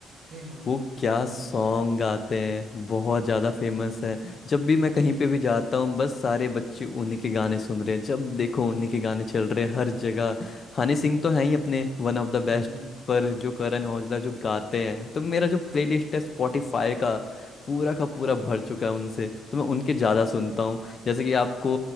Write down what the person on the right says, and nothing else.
अरे हाँ
हाँ
बहुत
फेमस हो रहे हैं
हम्म